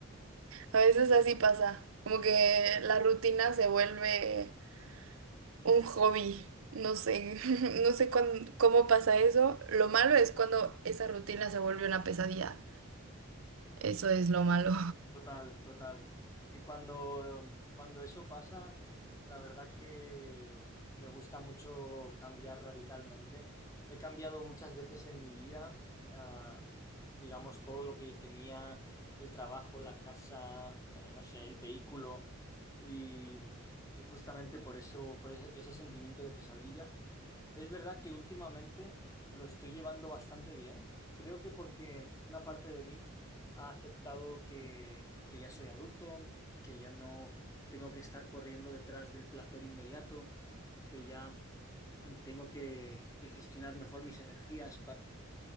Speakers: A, on the right; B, on the left.
A: a veces así pasa, como que la rutina se vuelve un hobby. No sé, <laughs> no sé cuán- cómo pasa eso. Lo malo es cuando esa rutina se vuelve una pesadilla. Eso es lo malo.
B: Total, total. Y cuando, cuando eso pasa, la verdad que me gusta mucho cambiar radicalmente. He cambiado muchas veces en mi vida, ah, digamos, todo lo que tenía, el trabajo, la casa, eh, no sé, el vehículo, y, y justamente por eso, por ese ese sentimiento de pesadilla. Es verdad que últimamente lo estoy llevando bastante bien. Creo que porque una parte de mí ha aceptado que, que ya soy adulto, que ya no tengo que estar corriendo detrás del placer inmediato, que ya mm, tengo que, que gestionar mejor mis energías